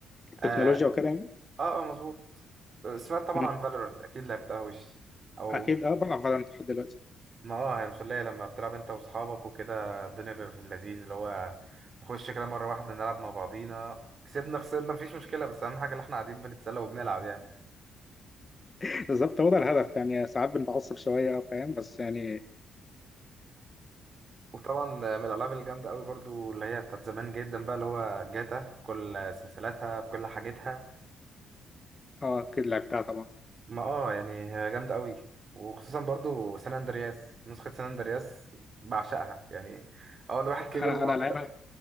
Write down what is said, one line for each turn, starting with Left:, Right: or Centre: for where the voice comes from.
Left: التكنولوجيا
Right: اه
Left: وكده يعني
Right: اه, آه مظبوط سمعت طبعا
Left: مم.
Right: عن فالورنت اكيد لعبتها وش او
Left: اكيد اه بلعب فالورانت لحد دلوقتي
Right: ما اه هي مسلية لما بتلعب انت واصحابك وكده الدنيا بيبقى في اللذيذ اللي هو نخش كده مرة واحدة نلعب مع بعضينا كسبنا خسرنا مفيش مشكلة بس أهم حاجة إن إحنا قاعدين بنتسلى وبنلعب يعني
Left: <laughs> بالظبط هو ده الهدف يعني ساعات بنتعصب شويه اه فاهم بس يعني
Right: وطبعا من الالعاب الجامده قوي برضو اللي هي بتاعت زمان جدا بقى اللي هو جاتا كل سلسلتها بكل حاجتها
Left: اه اكيد لعبتها طبعا
Right: ما اه يعني هي جامده قوي وخصوصا برضو سان اندرياس نسخه سان اندرياس بعشقها يعني اه الواحد كبر
Left: انا
Right: وبقى
Left: انا لعبها